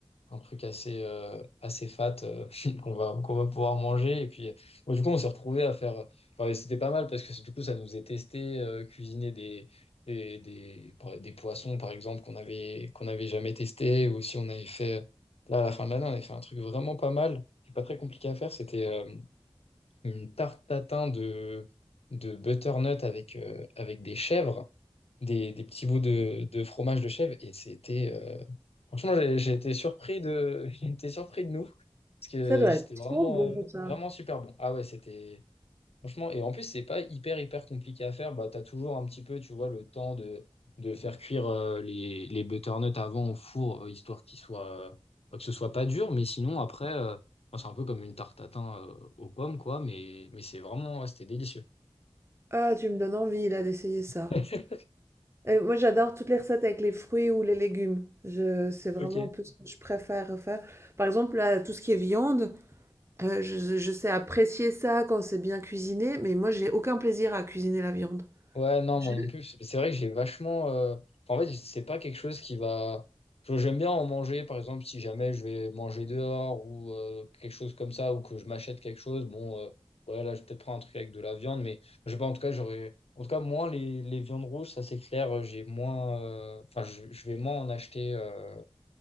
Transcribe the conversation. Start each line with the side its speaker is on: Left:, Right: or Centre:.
Left: un truc assez, euh, assez fat euh, <laughs> qu'on va, qu'on va pouvoir manger. Et puis, euh, bon, du coup, on s'est retrouvés à faire. enfin, et c'était pas mal parce que du coup, ça nous a testé, euh, cuisiner des, des, des, par- des poissons, par exemple, qu'on avait, qu'on avait jamais testé. Ou si on avait fait. Là, à la fin de l'année, on avait fait un truc vraiment pas mal, qui est pas très compliqué à faire. C'était euh, une tarte tatin de, de butternut avec, euh, avec des chèvres des, des petits bouts de, de fromage de chèvre et c'était euh, franchement j'ai j'ai été surpris de <laughs> j'ai été surpris de nous parce que
Right: ça doit
Left: c'était
Right: être
Left: vraiment
Right: trop bon
Left: euh,
Right: pour ça.
Left: vraiment super bon. Ah ouais, c'était franchement et en plus c'est pas hyper hyper compliqué à faire, bah t'as toujours un petit peu, tu vois, le temps de de faire cuire euh, les, les butternuts avant au four euh, histoire qu'ils soient euh, que ce soit pas dur mais sinon après euh, bon, c'est un peu comme une tarte tatin euh, aux pommes quoi mais mais c'est vraiment ouais, c'était délicieux.
Right: Ah, tu me donnes envie là d'essayer ça.
Left: <laughs>
Right: Et moi, j'adore toutes les recettes avec les fruits ou les légumes. Je, c'est vraiment
Left: Ok.
Right: un peu ce que je préfère faire. Par exemple, là, tout ce qui est viande, euh, je, je sais apprécier ça quand c'est bien cuisiné, mais moi, j'ai aucun plaisir à cuisiner la viande.
Left: Ouais, non,
Right: Je-
Left: moi non plus. C'est vrai que j'ai vachement. euh, enfin, En fait, c'est pas quelque chose qui va. Je- J'aime bien en manger, par exemple, si jamais je vais manger dehors ou euh, quelque chose comme ça, ou que je m'achète quelque chose. Bon, euh, ouais, là, je vais peut-être prendre un truc avec de la viande, mais je sais pas, en tout cas, j'aurais. En tout cas, moins les, les viandes rouges, ça c'est clair, euh, j'ai moins. euh, Enfin, je, je vais moins en acheter euh,